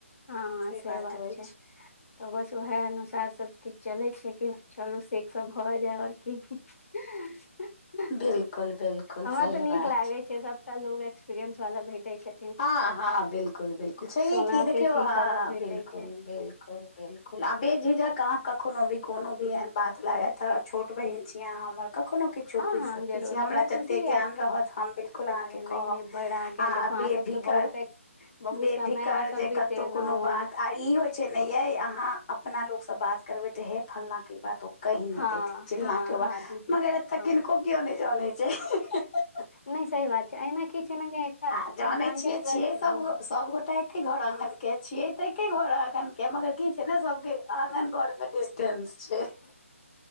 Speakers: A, on the left (about 70°); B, on the left (about 30°).
A: हँ हॅं
B: से
A: सेहे बात
B: अछि
A: छै तऽ बस ओएह अनुसार सब किछ चलै छै की चलू सेस भऽ जाय आओर क <unintelligible>
B: बिल्कुल बिल्कुल
A: हमरा
B: सही
A: तऽ नीक
B: बात
A: लागै छै सभटा लोग एक्सपीरियंस वाला भेटे छै
B: हँ हँ बिल्कुल बिल्कुल छै
A: सोना
B: की देखियौ
A: के सीखऽ
B: हँ
A: के भेटै
B: बिल्कुल
A: छै
B: बिल्कुल बिल्कुल आ बे झिझक अहाँ कखनो भी कोनो भी एहन बात लागत छोट बहिन छी अहाँ हमर कखनो किछो
A: हँ
B: पुछि सकै
A: हम जरूर
B: छी हमरा जतैक
A: खुशी हयत
B: ज्ञान रहैत हम बिल्कुल अहाँ
A: अरे
B: के
A: नहि
B: हम कहब
A: नहि बड़ अहाँके
B: आ
A: देखो अहाँ
B: बे
A: सबके
B: फिकर
A: बहुत एक्स बहुत
B: बेफिकर
A: समय अहाँ सब
B: जे
A: बितेलहुँ
B: कतौ कोनो बात आ ई होइ छै ने ये अहाँ अपना लोगसँ बात करबे तऽ हे फलनाके ई बात कहि नहि
A: हँ
B: देथिन
A: हँ
B: चिलना
A: हँ
B: के
A: हँ
B: बा
A: दीदी
B: मगर एत
A: हँ
B: किनको कियओ नहि जनै छै हहह
A: नहि सही बात छै एना की छै ने जे एकटा
B: आ जानै
A: इन्सान
B: छियै
A: के
B: छियै
A: ट्रस्ट बनि
B: सब
A: जाय
B: सब गोटा एके घर आगन के छियै तऽ एके घर आगन के मगर की छै ने सब के आँगन घर में डिस टेंस छै
A: <inaudible>